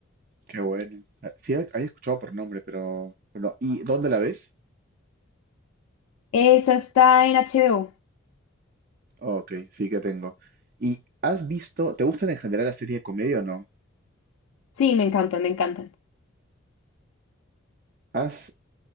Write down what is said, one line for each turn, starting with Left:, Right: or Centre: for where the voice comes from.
Right: Qué bueno. Ah, Sí, he- había escuchado por nombre, pero pero no. ¿Y dónde la ves?
Left: Esa está en HBO.
Right: Ok, sí que tengo. ¿Y has visto, te gustan en general las series de comedia o no?
Left: Sí, me encantan, me encantan.
Right: ¿Has,